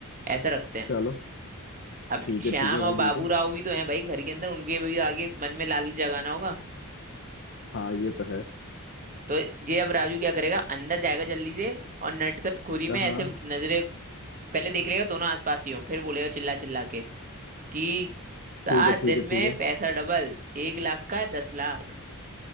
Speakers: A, on the right; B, on the left.
A: ऐसा रखते हैं
B: चलो
A: अब
B: ठीक
A: श्याम
B: है ठीक है भाई
A: और बाबू
B: बिल्कुल
A: राव भी तो हैं भाई घर के अंदर उनके भी आगे मन में लालच जगाना होगा
B: हाँ ये तो है
A: तो ये अब राजू क्या करेगा अंदर जाएगा जल्दी से और नटखट खोरी
B: हाँ
A: में
B: हाँ,
A: ऐसे नजरे पहले देख लेगा दोनों आसपास ही हो फिर बोलेगा चिल्ला चिल्ला के कि सात
B: ठीक है ठीक
A: दिन
B: है
A: में
B: ठीक है
A: पैसा डबल एक लाख का दस लाख